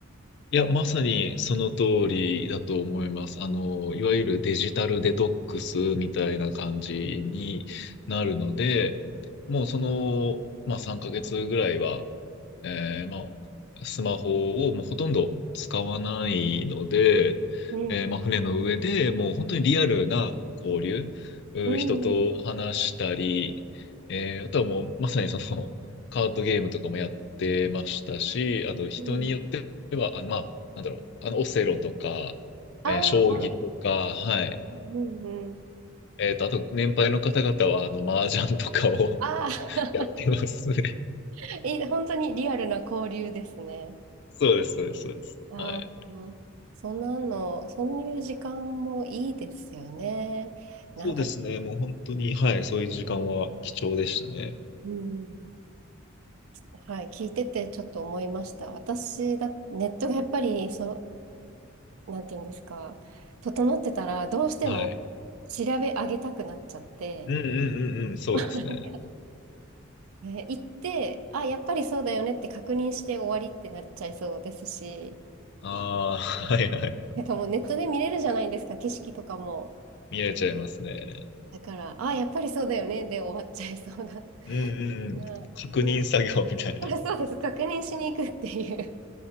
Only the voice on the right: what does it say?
こ
う、
うん、
うん、うん。
うん
ああ、
はい。
うん、うん。
ああ、
<laughs> いい、本当にリアルな交流ですね。
ああ、
そんなの、そういう時間もいいですよね。なんか、
うん、はい、聞いててちょっと思いました。私だ、ネットがやっぱりそなんていうんですか、整ってたら、どうしても
調べ上げたくなっちゃって、
なんか、ね行って、あ、やっぱりそうだよねって確認して終わりってなっちゃいそうですし、
なんかもうネットで見れるじゃないですか、景色とかも。
だから、あ、やっぱりそうだよねで終わっちゃいそうだ
な
<laughs>。うん、だからそうです。確認しに行くっていう